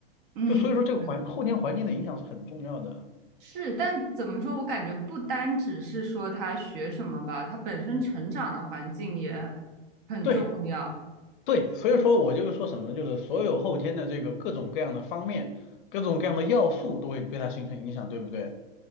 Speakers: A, on the right; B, on the left.
A: 嗯，
B: 就所以说这个环后天环境的影响是很重要的。
A: 对，是，但怎么说？我感觉不单只是说他学什么吧，他本身成长的环境也很重要。
B: 对对，所以说我就是说什么呢？就是所有后天的这个各种各样的方面、各种各样的要素都会对它形成影响，对不对？